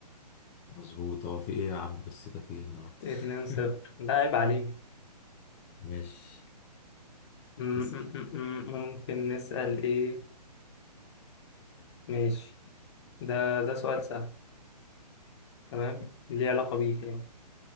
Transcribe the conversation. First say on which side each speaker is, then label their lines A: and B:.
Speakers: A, on the left; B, on the left.
A: مظبوط هو في ايه يا عم قصتك ايه النهارده
B: اتنين صفر
A: <laughs>
B: ده عيب عليه
A: ماشي
B: م- م-
A: اسأل
B: م- م- ممكن نسأل ايه ماشي ده ده سؤال سهل تمام ليه علاقة بيك يعني